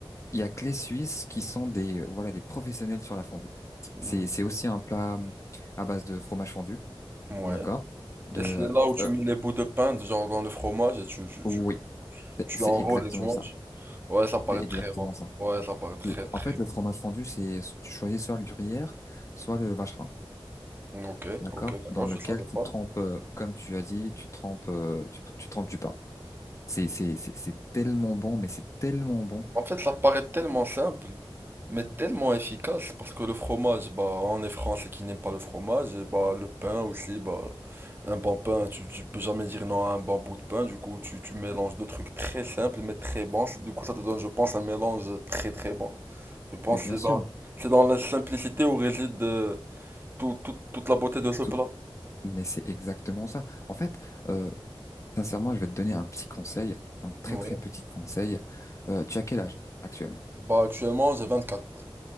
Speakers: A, on the left; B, on the right.
A: il y a que les Suisses qui sont des, euh, voilà, des professionnels sur la fondue.
B: Mm,
A: C'est, c'est aussi un plat hum, à base de fromage fondu,
B: Ouais.
A: d'accord? De,
B: Et c'est là où tu
A: euh,
B: mets les bouts de pain, genre dans le fromage, et tu, tu,
A: oui,
B: tu,
A: c'est
B: tu
A: c'est
B: enrôles
A: exactement
B: et tu manges.
A: ça.
B: Ouais, ça paraît
A: C'est exactement
B: très bon.
A: ça.
B: Ouais, ça paraît très
A: C'est-
B: très
A: En fait, le fromage fondu, c'est tu choisis soit le gruyère, soit le vacherin,
B: bon. Ok,
A: d'accord?
B: ok, d'accord,
A: Dans lequel
B: je savais
A: tu
B: pas.
A: trempes, euh, comme tu as dit, tu trempes, euh, tu, tu trempes du pain. C'est c'est c'est c'est tellement bon, mais c'est tellement bon.
B: En fait, ça paraît tellement simple, mais tellement efficace, parce que le fromage, bah, on est français qui n'aime pas le fromage, et bah, le pain aussi, bah, un bon pain, tu, tu peux jamais dire non à un bon bout de pain, du coup, tu, tu mélanges deux trucs très simples, mais très bons, du coup, ça te donne, je pense, un mélange très très bon. Je pense
A: Mais bien
B: que c'est
A: sûr,
B: dans, c'est dans la simplicité où réside euh, tout- tout- toute la beauté de ce
A: tout-
B: plat.
A: mais c'est exactement ça. En fait, euh, sincèrement, je vais te donner un petit conseil, un très
B: Ouais.
A: très petit conseil. Euh, tu as quel âge actuellement?
B: Bah, actuellement, j'ai vingt quatre